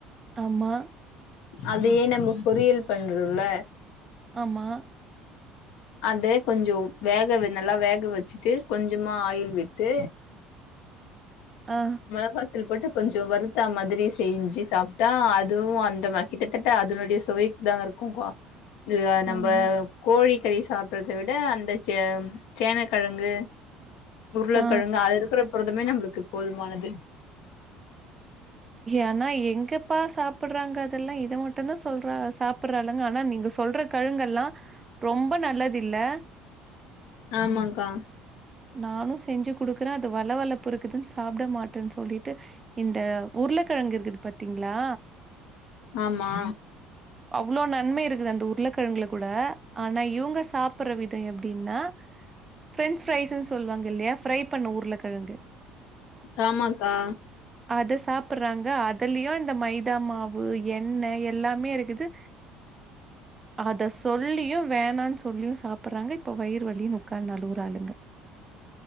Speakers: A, on the right; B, on the left.
A: ஆமா
B: அதையே நம்ம பொரியல் பண்றோல்ல
A: ஆமா
B: அது கொஞ்சொ உ வேக வெ நல்லா வேக வச்சுட்டு கொஞ்சமா ஆயில் விட்டு
A: ஆ
B: மெளகாத்தூள் போட்டு கொஞ்சொ வறுத்தா மாதிரி செய்ஞ்சு சாப்ட்டா அதுவு அந் துமா கிட்டத்தட்ட அதனுடைய சுவைக்குதாங்க இருக்குக்கா இது நம்ப
A: ஆமா.
B: கோழிக்கறி சாப்பறத விட அந்த சே சேனக்கெழங்கு உருளக்கெழங்கு
A: ஆ
B: அது இருக்கற புரதமே நம்மளுக்கு போதுமானது
A: ஏனா எங்கப்பா சாப்புடுறாங்க அதெல்லா இத மட்டுந்தா சொல்றாக சாப்புடுறாளுங்க ஆனா நீங்க சொ சொல்ற கெழங்கல்லா ரொம்ப நல்லதில்ல
B: ஆமாங்க்கா
A: நானு செஞ்சு குடுக்குறே அது வள வளப்பு இருக்குதுன் சாப்ட மாட்டன் சொல்லிட்டு இந்த உருளக்கிழங்கு இருக்குது பாத்தீங்களா
B: ஆமா
A: அவ்வளோ நன்மை இருக்குது அந்த உருளக்கிழங்குல கூட ஆனா இவுங்க சாப் ப்ற விதை அப்படின்னா பிரெஞ்ச் பிரரைஸ்ன்னு சொல்லுவாங்க இல்லையா பிரை பண்ண உருளைகிழங்கு
B: காமாக்கா
A: அது சாப்புடுறாங்க அதுலயு இந்த மைதா மாவு எண்ணெய் எல்லாமே இருக்குது அத சொல்லியு வேணான்னு சொல்லியு சாப்புடுறாங்க இப்ப வயிறு வலி உக்காந்து அளுவுருலுக